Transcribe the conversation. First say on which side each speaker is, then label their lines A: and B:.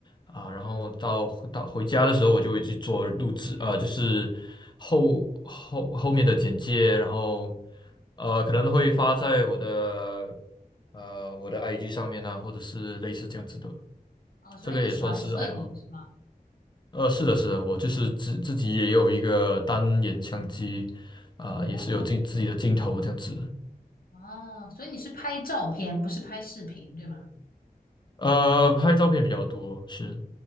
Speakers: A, on the left (about 30°); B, on the left (about 70°).
A: 啊，然后到到回家的时候，
B: 嗯，
A: 我就会去做录制，呃，就是后后后面的简介，然后呃可能会发在我的呃我的 IG 上面啊，或者是类似这样子的，
B: 哦，所以你喜欢摄影是吗？
A: 这个也算是爱好。呃，是的，是的，我就是自自己也有一个单眼相机，啊、
B: 哦
A: 也是有镜自己的镜头这样子。
B: 哦，所以你是拍照片，不是拍视频，对吗？
A: 呃，拍照片比较多，是，